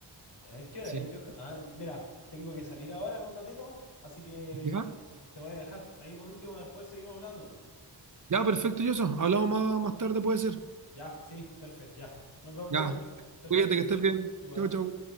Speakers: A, on the left; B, on the right.
A: A ver, ¿qué hora
B: Sí.
A: es, Johan? Ah, mira, tengo que salir ahora en un ratito, así que
B: ¿Ya?
A: te voy a dejar. Ahí por último, después seguimos hablando. po.
B: Ya, perfecto, Yoso. Hablamos más, más tarde, puede ser.
A: Ya, sí, perfecto, ya. Nos vemos,
B: Ya.
A: Johan. Chau,
B: Cuídate,
A: chau.
B: que estés bien.
A: Igual.
B: Chao, chao.